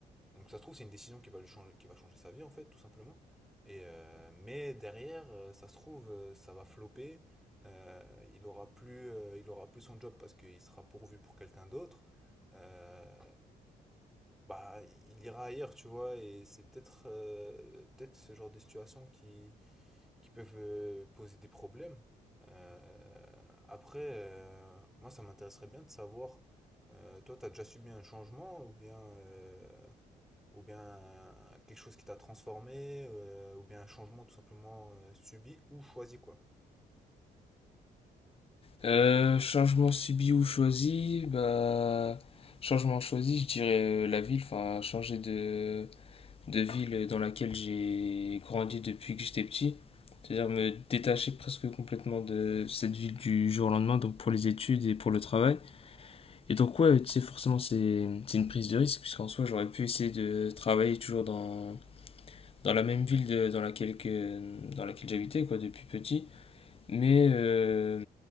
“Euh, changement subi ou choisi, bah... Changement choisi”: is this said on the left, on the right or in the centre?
Left